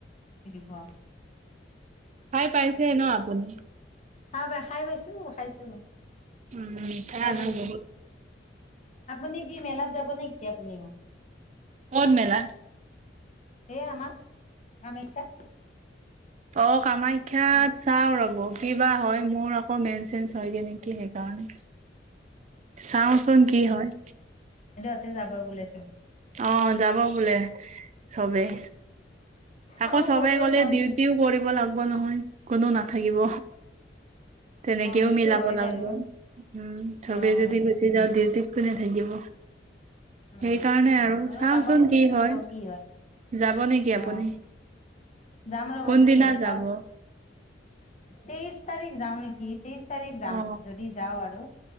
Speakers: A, on the left; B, on the right.
A: াহ
B: খাই পাইছে ন আপুনি
A: হা ভাই খাই বাইছো খাইছো
B: উম এ ত
A: খাই
B: ন
A: পাইছো
B: বহুত
A: আপুনি কি মেলাত যাব নেকি আপুনিও
B: কন মেেলা
A: এই আমাৰ কমেখ্যা
B: অ কামাখ্যাত চাও ৰবি কিবা হয় মোৰ আকৌ মেন চেঞ্চ হয়গে নেকি সেইকাৰণে চাওচোন কি হয়
A: তাতে যাব বুলিছোন
B: অ যাব বোলে চবেই
A: চাও
B: আকৌ চবাই
A: ময়ো
B: গ'লে
A: যাম
B: দিউটও কৰিব লাগ নহয় কোনো নাথাকিব তেনেকেও
A: অ', সেইটো
B: মিলাব
A: হয়
B: লাগিব
A: বাৰু
B: উম চবে
A: অ'।
B: যদি গুচি যাওঁ দিউ কোনে থাকিব
A: উম
B: সেইকাৰণে আৰু
A: ময়ো
B: চাওচোন
A: যাব খুজিছো
B: কি হয়
A: ৰ'ব কি
B: যাব নেকি
A: অ
B: আপুনি
A: যাম ৰব
B: কোনদিনা
A: কি হয়
B: যাব?
A: চাও তেইছ তাৰিখ যাওঁ নেকি তেইশ তাৰিখ যাম
B: অ
A: যদি যাও আৰু